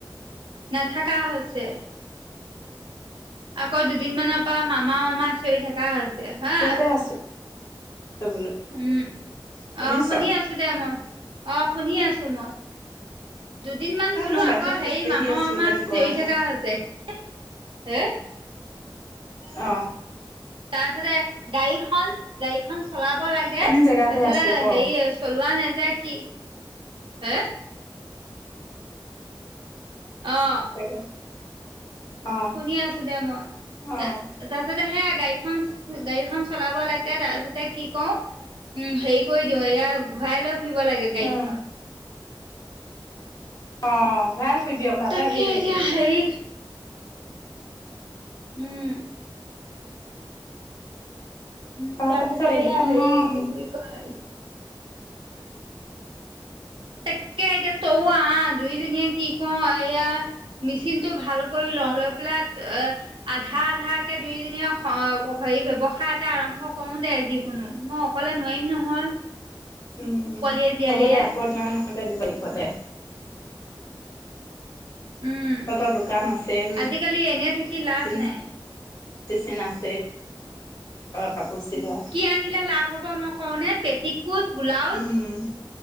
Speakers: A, on the right; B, on the left.
A: নাথাকা হৈছে। আকৌ দুদিনমানৰ পৰা মামা মামা চিঞৰি থকা হৈছে হা,
B: বাহিৰতে আছো বোলো
A: উম
B: শুনিছ
A: আহ শুনি আছো দে মই, আহ শুনি আছো মই। দুদিন মান
B: এ
A: বোলো
B: মই
A: আকৌ
B: বাহিৰত
A: হেৰি
B: খোজকাঢ়ি
A: মামা
B: আছো
A: মামা
B: দে
A: চিঞৰি
B: গৰমত
A: থকা হৈছে, <unintelligible>
B: অ
A: তাৰপিছতে গাড়ীখন গাড়ীখন চলাব লাগে
B: পানী জেগাতে
A: এইফালে
B: আছো ক
A: হেৰি চলোৱা নেযায় কি হে? অ।
B: <inaudible> অ
A: শুনি আছো দে মই তা
B: অ
A: তাৰপিছতে সেয়া গাড়ীখন গাড়ীখন চলাব লাগে তাৰপিছতে কি কওঁ উম হেৰি কৰি দিও এয়া ঘূৰাই লৈ ফুৰিব লাগে গাড়ীখনত।
B: উম অ <unintelligible>
A: তাকে এতিয়া
B: থাকিব
A: হেৰি
B: অ
A: উম। উম তাৰপাছতে
B: তাৰপিছত এই
A: এয়া
B: দোকানৰ
A: হেৰি কি বুলি কয় তাকে এতিয়া তৌ আহ দুুইজনীয়ে কি কওঁ এয়া মেচিনটো ভালক লওঁ লৈ পেলাই, এ আধা আধাকে দুই জনীয়ে আ হেৰি ব্যয়ৱসায় এটা আৰম্ভ কৰো দে যিকোনো। মই অকলে নোৱাৰিম নহয়।
B: উম
A: পোৱালিয়ে জীয়ালিয়ে
B: হ'ব দে <unintelligible> দিব লাগিব দে
A: উম
B: তহঁতৰ দোকান আছে মে
A: আজিকালি এনে থাকি লাভ
B: চিন
A: নাই
B: চিন আছে কাপোৰ চিলোৱা
A: কি আনিলে লাভ হ'ব মই কওঁনে পেটিকোট, ব্লাউজ,
B: উম